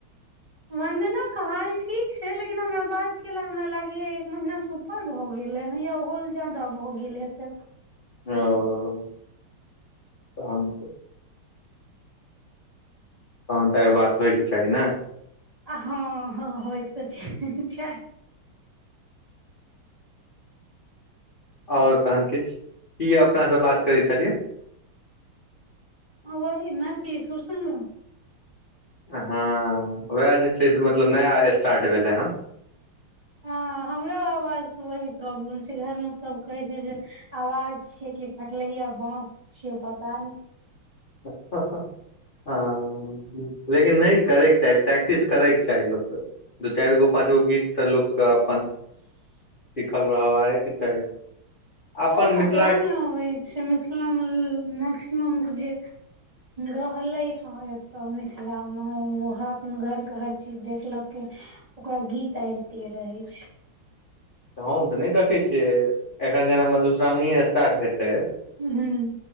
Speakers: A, on the right; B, on the left.
A: वन्दना के हाल ठीक छै लेकिन हमरा बात केेला हमरा लागैये एक महिना से उप पर भऽ गेलै हे या ओहो से ज्यादा भऽ गेल हैतै।
B: ओ तहन त तहन तऽ आय बात होयके चाही ने
A: आ हँ हँ होय के तऽ चाही
B: आओर तहन किछु की अपना सब बात करै छलियै?
A: हँ वही मैथिली सुर संग्राम
B: हँ उएह जे छै से मतलब नया स्टार्ट भेलै हँ।
A: हँ हमरो आवाज वही प्रॉब्लम छै घर में सब कहै छै जे आवाज छिये की फटलहीया बांस छियै। पता नहि
B: ह ह ह हं लेकिन नहि करयके चाही प्रैक्टिस करैके चाही लोक के दू चारि गो पाँच गो गीत तऽ लोक के अपन सिखल रहवाये के चाही अपन
A: ओ ककरा
B: मिथिला
A: मे अबै छै मिथिलामे मैक्सिमम के जे रहलै हं एतऽ मिथिलामे ओ अपन घरके हर चीज देखलकै ओकरा गीत आबिते रहै छै
B: हम तऽ नहि देखै छियै एखन जेना मधुश्रावणीेये स्टार्ट हेतै
A: हूं